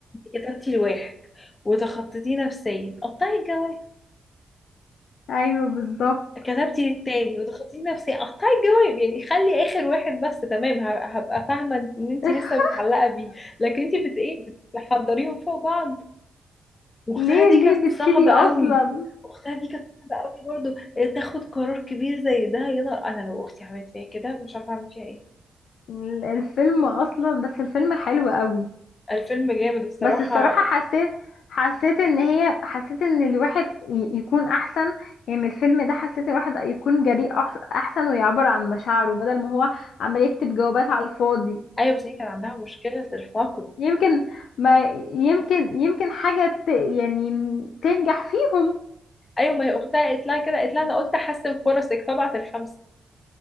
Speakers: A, on the left; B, on the left.
A: كتبتي لواحد وتخطيتيه نفسيا قطعي الجواز
B: ايوه بالظبط
A: كتبتي للتاني وضغطتي نفسي اقطعي الجواب يعني خلي اخر واحد بس تمام ه- هبقى فاهمه ان انت
B: <laughs>
A: لسه متعلقه بيه لكن انت بت ايه بتحضريهم فوق بعض واختها
B: ليه
A: دي
B: ليه
A: كانت صعبه
B: بتسيبي اصلا
A: قوي اختها دي كانت صعبه قوي برضو تاخد قرار كبير زي ده يا نهار انا لو اختي عملت فيا كده مش عارفه اعمل فيها ايه
B: ال- الفيلم اصلا بس الفيلم حلو قوي
A: الفيلم جامد الصراحه
B: بس الصراحة حسيت حسيت ان هي حسيت ان الواحد ي- يكون احسن يعني من الفيلم ده حسيت الواحد يكون جريء أح- احسن ويعبر عن مشاعره بدل ما هو عمال يكتب جوابات على الفاضي
A: ايوه بس هي كان عندها مشكله الفاقد
B: يمكن ما يمكن يمكن حاجة ت- يعني تنجح فيهم
A: ايوه ما هي اختها قالت لها كده قالت لها انا قلت احسن فرصك فبعت الخمسه